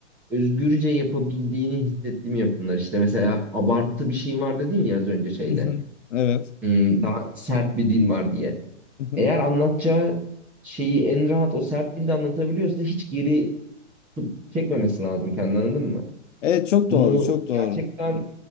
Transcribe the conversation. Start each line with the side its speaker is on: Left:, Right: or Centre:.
Centre: özgürce yapabildiğini hissettiğim yapımlar. İşte mesela abartı bir şey var dedin ya az önce şeyde.
Left: <laughs> Evet.
Centre: Hmm, daha sert bir dil var diye.
Left: <laughs>
Centre: Eğer anlatacağı şeyi en rahat o sert dilde anlatabiliyorsa hiç geri tut- çekmemesi lazım kendini anladın mı?
Left: Evet çok
Centre: Bunu
Left: doğru çok doğru.
Centre: gerçekten
Left: <laughs>